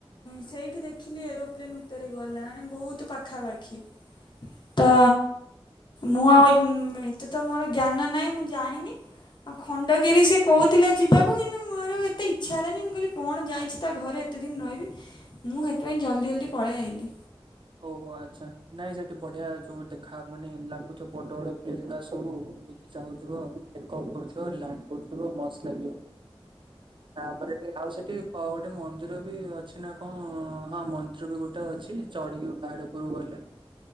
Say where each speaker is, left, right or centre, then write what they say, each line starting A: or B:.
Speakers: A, on the left; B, on the right.
A: ସେଇଠି ଦେଖିଲି ଏରୋପ୍ଲେନ ଉପରେ ଗଲା ବହୁତ ପାଖାପାଖି ତ ମୁଁ ଆଉ ଏତେ ତ ମୋର ଜ୍ଞାନ ନାହିଁ ମୁଁ ଜାଣିନି ଆଉ ଖଣ୍ଡଗିରି ସେ କହୁଥିଲା ଯିବାକୁ କିନ୍ତୁ ମୋର ଏତେ ଇଚ୍ଛା ହେଲାନି ମୁଁ କହିଲି କଣ ଯାଇଛି ତା ଘରେ ଏତେ ଦିନ ରହିବି ମୁଁ ସେଥିପାଇଁ ଜଲ୍ଦି ଜଲ୍ଦି ପଳେଇ ଆାଇଲି
B: ଓହୋ ଆଚ୍ଛା ନାଇଁ ସେଠି ବଢିଆ ଯୋଉ ଦେଖା ମାନେ ଲାଗୁଥିବ ବଡ ବଡ ପ୍ଲେନ ଗା ସବୁ ଯାଉଥିବପ୍ କରୁଥିବ ଲ୍ୟାଣ୍ଡ କରୁଥିବ ମସ୍ତ ଲାଗିବ ତାପରେ ଆଉ ସେଠି ଗୋଟେ ମନ୍ଦିର ବି ଅଛି ନା କଣ ହଁ ମନ୍ଦିର ବି ଗୋଟେ ଅଛି। ଚଢିକି ପାହାଡ ଉପରୁକୁ ଗଲେ